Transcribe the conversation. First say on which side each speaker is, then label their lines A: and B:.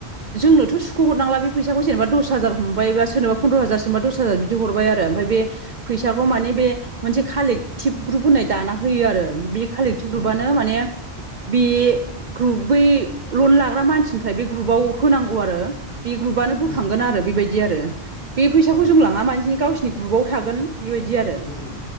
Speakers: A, on the right; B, on the left.
A: जोंनोथ' सुख' हरनांला बे फैसाखौ जेने बा दस हाजार हमबाय बा सोरनोबा फन्द्र हाजार सोरनोबा दस हाजार बिदि हरबाय आरो ओमफ्राय बे फैसाखौ माने बे मोनसे कालेक्टिभ ग्रुप होननाय दाना होयो आरो बे कालेक्टिभ ग्रुपानो
B: उम
A: माने बे ग्रुप बै लन लाग्रा मानसिनिफाय बे ग्रुपाव होनांगौ आरो बे ग्रुपानो बोखांगोन
B: उम
A: आरो बेबाय दि आरो बे फैसाखौ
B: औ औ
A: लाङा माजनि गावसिनि ग्रुपआव थागोन बेबायदि आरो
B: उम उम